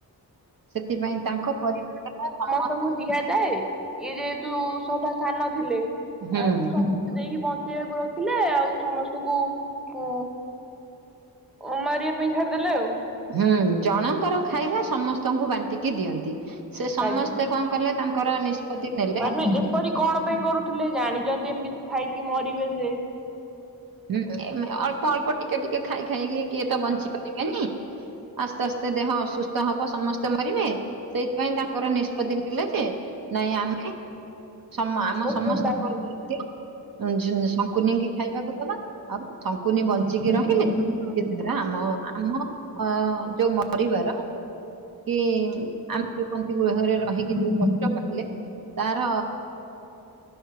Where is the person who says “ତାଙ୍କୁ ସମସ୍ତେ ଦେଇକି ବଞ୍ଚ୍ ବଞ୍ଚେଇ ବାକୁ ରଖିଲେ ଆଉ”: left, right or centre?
Centre